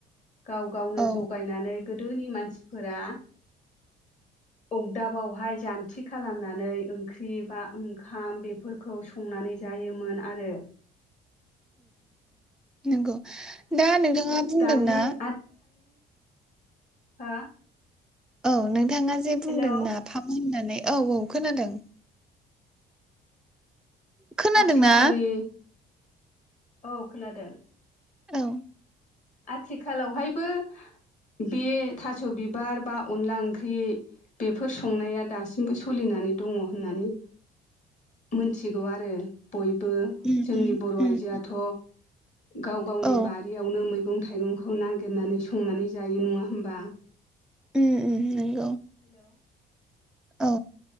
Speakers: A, on the left; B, in the centre.
A: गाव गावनो
B: औ
A: जगायनानै गोदोनि मानसिफोरा अगदाबावहाय जान्थि खालामनानै ओंख्रि बा ओंखाम बेफोर खौ संनानै जायोमोन आरो
B: नंगौ दा नोंथाङा बुंदोंना
A: दानि हो
B: औ नोंथाङा जे
A: हेलौ
B: बुंदों ना फाफ होननानै औ औ खोनादों खोनादोंना
A: आथिखालनि औ खोनादों
B: औ
A: आथिखालावहायबो बे थास' बिबार बा अनला ओंख्रि बेफोर संनाया दासिमबो सोलिनानै दङ होननानै मोनथिगौ आरो बयबो।
B: उम
A: जोंनि
B: उम
A: बर'
B: उम
A: आइजोआथ' गाव गावनि
B: औ
A: बारियावनो मै मैगं थाइगंखौ नागिरनानै संनानै जायो नङा होमबा?
B: उम उम नंगौ
A: हेल'
B: औ